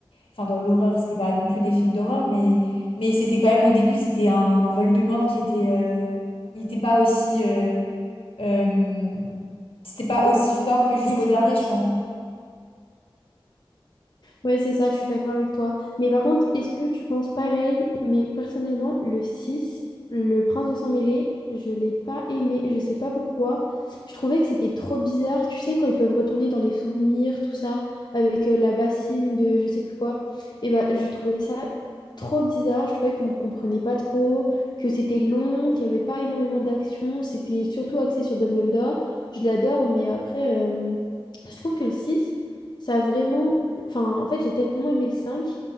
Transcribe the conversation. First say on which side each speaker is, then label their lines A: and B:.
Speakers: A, on the left; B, on the left.
A: Enfin, dans l'horreur, c'était pas non plus des films d'horreur, mais, mais c'était quand même au début, c'était un Voldemort qui était. euh, Il était pas aussi. euh, euh, C'était pas aussi fort que jusqu'au
B: Oui, c'est
A: dernier,
B: possible.
A: je pense.
B: Ouais, c'est ça, je suis d'accord avec toi. Mais par contre, est-ce que tu penses pareil? Mais personnellement, le 6 le prince de Sang-Mêlé, je l'ai pas aimé, je sais pas pourquoi. Je trouvais que c'était trop bizarre. Tu sais, quand ils peuvent retourner dans les souvenirs, tout ça, avec euh, la bassine de je sais plus quoi. Et bah, je trouvais ça trop bizarre. Je trouvais qu'on ne comprenait pas trop, que c'était long, qu'il y avait pas énormément d'action. C'était surtout axé sur Dumbledore. Je l'adore, mais après, euh, je trouve que le 6 ça a vraiment Enfin, en fait, j'ai tellement aimé le 5